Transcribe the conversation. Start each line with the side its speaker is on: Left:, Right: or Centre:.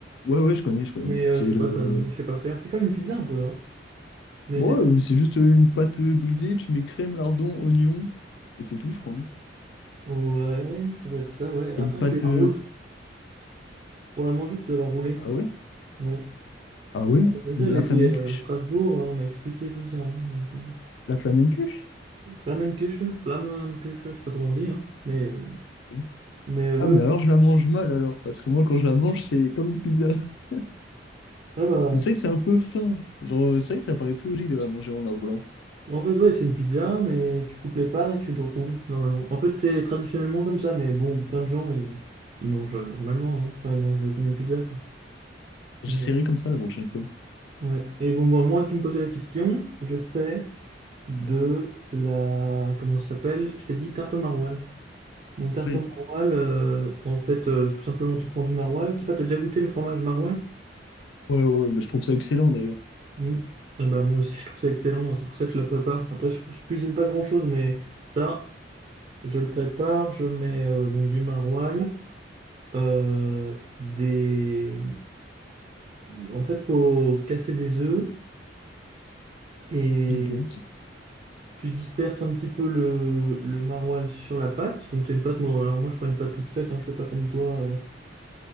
Left: Ouais, ouais, je connais, je connais.
Right: Mais euh,
Left: C'est
Right: je fais
Left: le...
Right: pas ça, donc ça, je sais pas faire. C'est comme une pizza un peu, hein. Mais
Left: Bon,
Right: c'est...
Left: ouais, euh, c'est juste euh, une pâte euh, brisée, tu mets crème, lardon, oignon, et c'est tout, je crois. hein.
Right: Ouais, ça doit être ça, ouais. Après,
Left: Et une pâte.
Right: tu la
Left: euh,
Right: roules.
Left: c'est-
Right: Pour la manger, tu dois la rouler.
Left: Ah ouais?
Right: Ouais.
Left: Ah ouais?
Right: Je sais,
Left: De
Right: j'étais
Left: la flamencuche?
Right: à Strasbourg, euh, on m'a expliqué tout ça. hein. Donc, euh,
Left: La flamencuche?
Right: Flamenküche, Flammenküche, je sais pas comment on dit. hein. Mais, euh,
Left: Ok.
Right: mais euh, ouais,
Left: Ah, mais
Right: ouais.
Left: alors je la mange mal alors, parce que moi quand je la mange, c'est comme une pizza. <laughs>
Right: Ah bah,
Left: Mais C'est vrai que c'est un peu fin. Genre, euh, c'est vrai que ça paraît plus logique de la manger en la roulant.
Right: en fait, ouais, c'est une pizza, mais tu coupes les parts et tu te roules, normalement. En fait, c'est traditionnellement comme ça, mais bon, plein de gens, ils, ils mangent euh, normalement. hein. Enfin, ils mangent comme une pizza, quoi.
Left: J'essaierai
Right: Mais,
Left: comme ça la prochaine fois.
Right: Ouais. Et bon, bah, moi, tu me posais la question, je fais de la... Comment ça s'appelle? Je t'ai dit tarte au maroilles. Donc, tarte
Left: Ouais.
Right: au maroilles, euh, en fait, euh, tout simplement, tu prends du maroilles. Je sais pas, t'as déjà goûté le fromage maroilles?
Left: Ouais, ouais, bah, je trouve ça excellent d'ailleurs.
Right: Mm. Eh ben, moi aussi, je trouve ça excellent. C'est pour ça que je la prépare. Après, je, je cuisine pas grand-chose, mais ça, je le prépare. Je mets euh, donc du maroilles, euh, des... En fait, faut casser des œufs et
Left: Ok.
Right: Tu disperses un petit peu le, le maroilles sur la pâte. Donc c'est une pâte, moi, alors moi je prends une pâte toute faite, hein, je fais pas comme toi. euh,